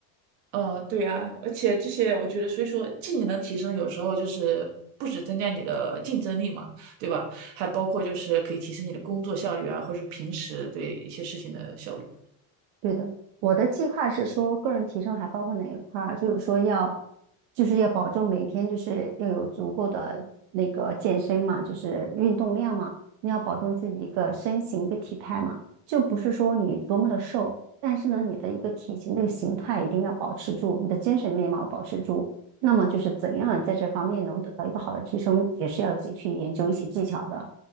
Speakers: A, on the right (about 85°); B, on the right (about 65°).
A: 呃，对啊，而且这些我觉得，所以说技能的提升有时候就是不止增加你的竞争力嘛，对吧？还包括就是可以提升你的工作效率啊，或者是平时对一些事情的效率。
B: 对的，我的计划是说，个人提升还包括哪一块儿？就是说要，就是要保证每天就是要有足够的那个健身嘛，就是运动量嘛，你要保证自己一个身形一个体态嘛，就不是说你多么的瘦，但是呢，你的一个体型这个形态一定要保持住，你的精神面貌保持住。那么就是怎样在这方面能得到一个好的提升，也是要自己去研究一些技巧的，